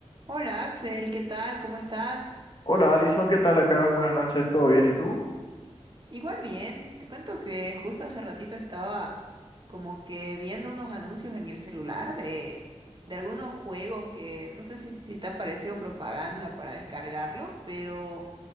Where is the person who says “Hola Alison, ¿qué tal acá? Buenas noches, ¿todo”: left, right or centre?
Left